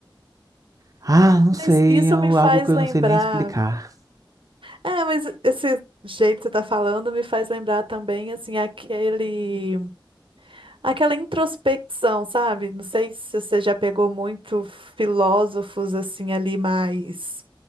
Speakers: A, on the right (about 40°); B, on the right (about 80°).
A: Ah, não
B: Mas
A: sei.
B: isso
A: É algo
B: me faz
A: que eu
B: lembrar.
A: não sei nem explicar.
B: É, mas esse jeito que você tá falando me faz lembrar também, assim, aquele. Aquela introspecção, sabe? Não sei se você já pegou muito filósofos assim ali mais